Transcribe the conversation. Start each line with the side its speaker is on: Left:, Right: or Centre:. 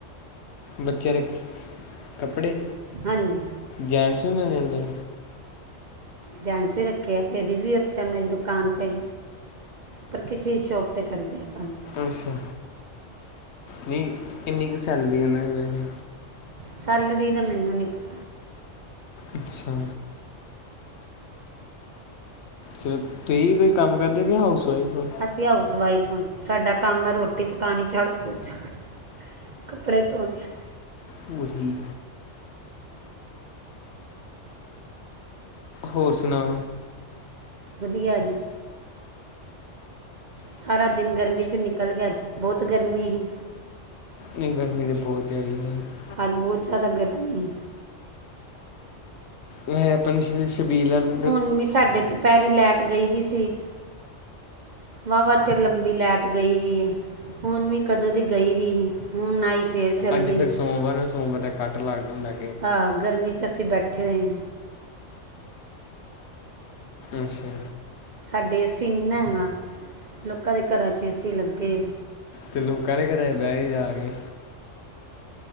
Left: ਬੱਚੇ ਦੇ ਕੱਪੜੇ
Right: ਹਾਂਜੀ
Left: ਜੈਂਟਸ ਵੀ ਮਿਲ ਜਾਂਦੇ
Right: ਜੈਟਸ ਵੀ ਰੱਖੇ ਆ ਲੈਡੀਜ ਤੇ ਵੀ ਰੱਖੇ ਉਨੇ ਦੁਕਾਨ ਤੇ ਪਰ ਕਿਸੇ ਸ਼ੋਪ ਤੇ ਕਰਦੇ ਆ ਕੰਮ
Left: ਅੱਛਾ ਨਹੀਂ ਵੀ ਕਿੰਨੀ ਕੁ ਸੈਲਰੀ ਉਹਨਾਂ ਦੀ ਵੈਸੇ
Right: ਸੈਲਰੀ ਦੀ ਤਾਂ ਮੈਨੂੰ ਨੀ ਪਤਾ
Left: ਅੱਛਾ ਚੋ ਤੁਸੀਂ ਵੀ ਕੋਈ ਕੰਮ ਕਰਦੇ ਕਿ ਹਾਊਸ ਵਾਈਫ ਹੋ
Right: ਅਸੀਂ ਹਾਊਸ ਵਾਈਫ ਹੈ ਸਾਡਾ ਕੰਮ ਰੋਟੀ ਪਕਾਣੀ ਝਾੜੂ ਪੋਚਾ ਕਰਨਾ ਕੱਪੜੇ ਧੋਣੇ
Left: ਭੂਤਣੀ ਹੋਰ ਸੁਣਾ
Right: ਵਧੀਆ ਜੀ। ਸਾਰਾ ਦਿਨ ਗਰਮੀ ਚ ਨਿਕਲ ਗਿਆ ਅੱਜ, ਬੌਤ ਗਰਮੀ ਹੀ।
Left: ਨ੍ਹੀਂ ਗਰਮੀ ਤੇ ਬੌਤ ਜੈਦਾ ਈ ਐ।
Right: ਅੱਜ ਬੌਤ ਜੈਦਾ ਗਰਮੀ ਏ।
Left: ਮੈਂ ਅਪਣੀ ਸ਼ ਸ਼ਬੀਰ ਲਾਲੋ
Right: ਹੁਣ ਵੀ ਸਾਡੇ ਦੁਪੈਰੀ ਲੈਟ ਗਈ ਦੀ ਸੀ। ਵਾਹਵਾ ਚਿਰ ਲੰਬੀ ਲੈਟ ਗਈ ਦੀ ਏ। ਹੁਣ ਵੀ ਕਦੋਂ ਦੀ ਗਈ ਦੀ ਹੀ ਹੁਣ ਆਈ ਫੇਰ ਚੱਲ
Left: ਅੱਜ
Right: ਗਈ।
Left: ਫਿਰ ਸੋਮਵਾਰ ਨੂੰ ਸੋਮਵਾਰ ਦਾ ਕੱਟ ਲੱਗਦਾ ਹੁੰਦੈ।
Right: ਅਹ ਗਰਮੀ ਚ ਅਸੀਂ ਬੈਠੇ ਹੋਏ ਆਂ।
Left: ਅੱਛਾ।
Right: ਸਾਡੇ ਏਸੀ ਨੀ ਨਾ ਹੈਂਗਾ, ਲੋਕਾਂ ਦੇ ਘਰਾਂ ਚ ਏਸੀ ਲੱਗੇ।
Left: ਤੇ ਲੋਕਾ ਦੇ ਘਰਾਂ ਚ ਬੈਜੋ ਜਾ ਕੇ।